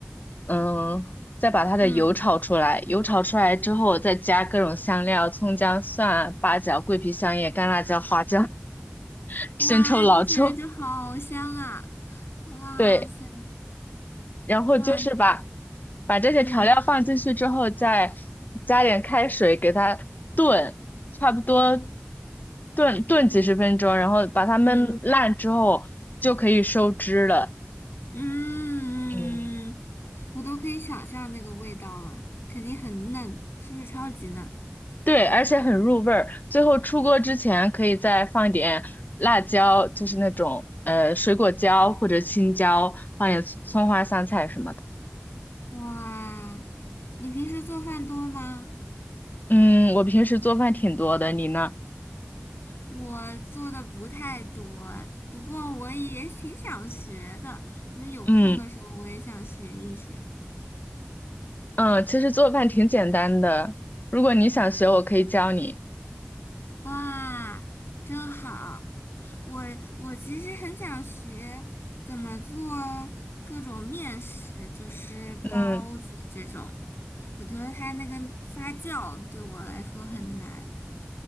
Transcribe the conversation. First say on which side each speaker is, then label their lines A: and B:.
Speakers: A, on the left; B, on the left.
A: 嗯，再把它的油炒出来，
B: 嗯，
A: 油炒出来之后再加各种香料，葱姜蒜啊、八角、桂皮、香叶、干辣椒、花椒、<laughs>
B: 哇，
A: 生抽、老抽。
B: 听起来就好香啊！哇塞，
A: 对，然后就是把
B: 哇，
A: 把这些调料放进去之后，
B: 嗯
A: 再加点开水给它炖，差不多炖炖几十分钟，然后把它焖烂之后就可以收汁了。
B: 嗯嗯，
A: 嗯，
B: 嗯我都可以想象那个味道了，肯定很嫩，是不是超级嫩？
A: 对，而且很入味儿。最后出锅之前可以再放点辣椒，就是那种呃水果椒或者青椒，放点葱花、香菜什么的。
B: 哇，你平时做饭多吗？
A: 嗯，我平时做饭挺多的，你呢？
B: 我做的不太多，不过我也挺想学的。我觉得有空的时候我也想学一学。
A: 嗯。嗯，其实做饭挺简单的，如果你想学，我可以教你。
B: 哇，真好！我我其实很想学怎么做各种面食，就是包子这种。
A: 嗯
B: 我觉得它那个发酵对我来说很难。